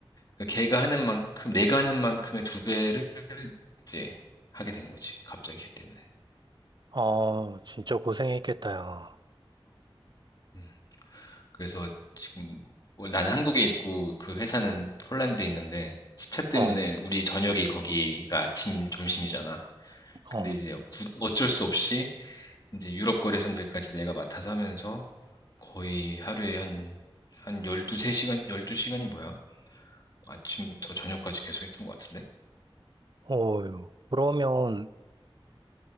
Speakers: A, on the left (about 40°); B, on the right (about 50°).
A: 그 걔가 하는 만큼, 내가 하는 만큼의 두 배를 이제 하게 된 거지. 갑자기 걔 때문에.
B: 어, 진짜 고생했겠다, 야.
A: 음. 그래서 지금, 원- 나는 한국에 있고 그 회사는 폴란드에 있는데, 시차 때문에
B: 어,
A: 우리 저녁이 거기가 아침, 점심이잖아.
B: 어,
A: 근데 이제 구- 어쩔 수 없이 이제 유럽 거래선들까지 내가 맡아서 하면서 거의 하루에 한, 한 12, 3시간, 12시간이 뭐야? 아침부터 저녁까지 계속 했던 것 같은데?
B: 어휴. 그러면